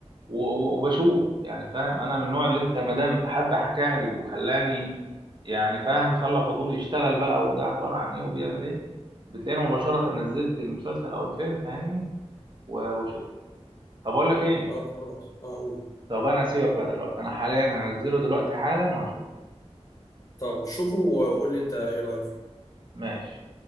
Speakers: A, on the right; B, on the left.
A: و- و- وبشوف يعني فاهم انا من النوع اللي انت ما دام حد حكى لي وخلاني يعني فاهم خلى فضولي يشتغل بقى وده عباره عن ايه وبيعمل ايه بتلاقيني مباشره نزلت المسلسل او الفيلم فاهمني و- وشفت طب اقول لك ايه
B: طب خلاص أقول
A: طب انا هسيبك بقى دلوقتي انا حاليا هنزله دلوقتي حالا وهشوف
B: طب شوفه وقول لي أنت إيه رأيك فيه
A: ماشي